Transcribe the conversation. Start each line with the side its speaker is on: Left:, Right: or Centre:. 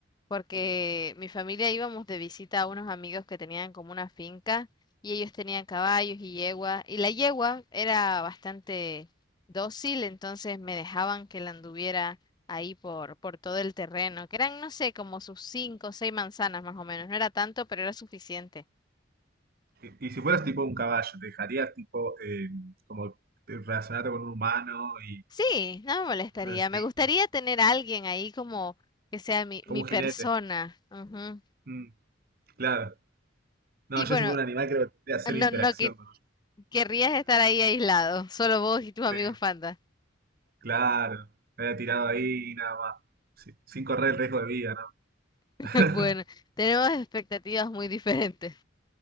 Left: porque
Right: Mm.
Left: mi familia íbamos de visita a unos amigos que tenían como una finca y ellos tenían caballos y yegua y la yegua era bastante dócil, entonces me dejaban que la anduviera ahí por, por todo el terreno, que eran, no sé, como sus cinco o seis manzanas más o menos, no era tanto, pero era suficiente.
Right: Y, y si fueras tipo un caballo, ¿te dejarías tipo eh, como te- relacionarte con un humano y
Left: Sí, no me molestaría,
Right: cosas así?
Left: me gustaría tener a alguien ahí como que sea mi, mi
Right: Como un
Left: persona.
Right: jinete.
Left: ujú.
Right: Mm, claro. No,
Left: Y
Right: yo
Left: bueno,
Right: si fuera un animal creo que tendría que hacer
Left: no,
Right: interacción
Left: no que
Right: con un
Left: querrías estar ahí aislado, solo vos y tus amigos
Right: jinete.
Left: fantas.
Right: Claro. Me había tirado ahí y nada más. Sí, sin correr el riesgo de vida, ¿no?
Left: <laughs>
Right: <laughs>
Left: Bueno, tenemos expectativas muy diferentes.